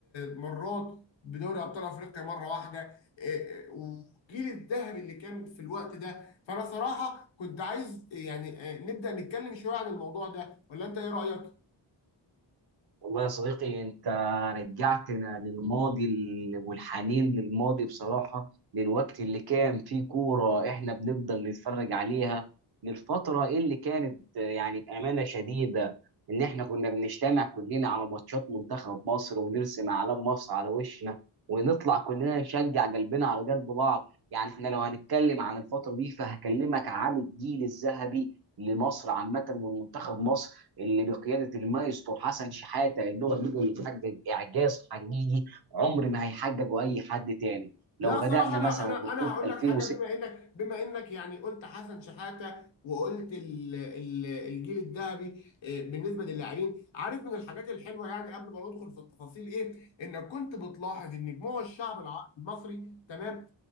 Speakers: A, on the left (about 75°); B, on the right (about 55°).
A: مرات بدوري ابطال افريقيا مره واحده آه، آه، والجيل الذهبي اللي كان في الوقت ده فانا صراحه كنت عايز آه، يعني آه، نبدا نتكلم شويه عن الموضوع ده ولا انت ايه رايك
B: والله يا صديقي انت رجعتنا للماضي ال- والحنين للماضي بصراحة للوقت اللي كان فيه كورة احنا بنفضل نتفرج عليها للفترة اللي كانت آه، يعني بأمانة شديدة ان احنا كنا بنجتمع كلنا على ماتشات منتخب مصر ونرسم اعلام مصر على وشنا ونطلع كلنا نشجع قلبنا على قلب بعض يعني احنا لو هنتكلم عن الفترة دي فهكلمك عن الجيل الذهبي لمصر عامة ومنتخب مصر اللي بقياده المايسترو حسن شحاته ان هو النجم اللي حقق اعجاز حقيقي عمر ما هيحققه اي حد تاني
A: لا
B: لو بدانا
A: صراحة أنا
B: مثلا
A: أنا
B: ببطوله
A: أنا هقول
B: 2006
A: لك حاجة بما إنك بما إنك يعني قلت حسن شحاتة وقلت ال ال الجيل الذهبي آه، بالنسبة للاعبين عارف من الحاجات الحلوة يعني قبل ما ندخل في التفاصيل إيه إنك كنت بتلاحظ إن جموع الشعب الع- المصري تمام